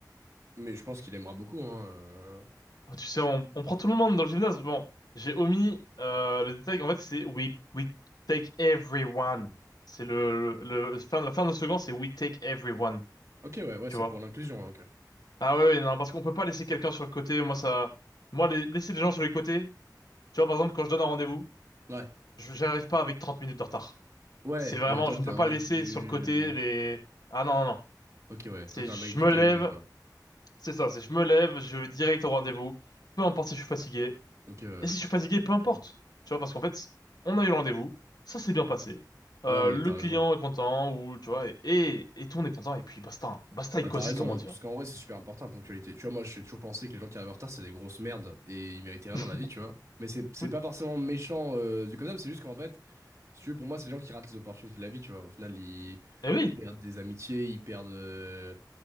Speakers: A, on the right; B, on the left.
A: mais je pense qu'il aimera beaucoup. Hein. euh.
B: Oh, tu sais, on, on prend tout le monde dans le gymnase. Bon, j'ai omis euh, le détail. En fait, c'est we we take everyone. C'est le, le, le- fin, la fin de la second, c'est we take everyone.
A: Ok, ouais, ouais,
B: Tu
A: c'est
B: vois?
A: pour l'inclusion. hein, ok.
B: Ah ouais, ouais, non, parce qu'on peut pas laisser quelqu'un sur le côté. Moi, ça, moi, les- laisser les gens sur les côtés. Tu vois, par exemple, quand je donne un rendez-vous,
A: Ouais,
B: je- j'arrive pas avec 30 minutes de retard.
A: ouais,
B: C'est vraiment,
A: ouais. Toi,
B: je
A: t'es
B: ne peux
A: un
B: pas
A: mec
B: laisser
A: du.
B: sur le côté les. Ah non, non, non.
A: Ok, ouais.
B: C'est,
A: Toi, t'es
B: je
A: un mec du
B: me
A: timing,
B: lève.
A: quoi.
B: C'est ça. C'est, je me lève. Je vais direct au rendez-vous. Peu importe si je suis fatigué.
A: Ok, ouais.
B: Et si je suis fatigué, peu importe. Tu vois, parce qu'en fait, on a eu le rendez-vous, ça s'est bien passé. Euh,
A: Non, mais
B: le
A: t'as
B: client
A: raison.
B: est content, ou tu vois, et, et, et tout, on est content, et puis basta. Hein. Basta et
A: Bah,
B: cosy,
A: t'as raison,
B: comme on dit.
A: parce
B: Hein.
A: qu'en vrai, c'est super important la ponctualité. Tu vois, moi, j'ai toujours pensé que les gens qui arrivent en retard, c'est des grosses merdes et ils méritaient rien
B: <laughs>
A: dans la vie, tu vois. Mais c'est c'est
B: Oui.
A: pas forcément méchant euh, du comme ça, mais c'est juste qu'en fait. Si tu veux, pour moi, c'est les gens qui ratent les opportunités de la vie, tu vois. Au final, ils,
B: Et oui,
A: ils perdent des amitiés, ils perdent, euh,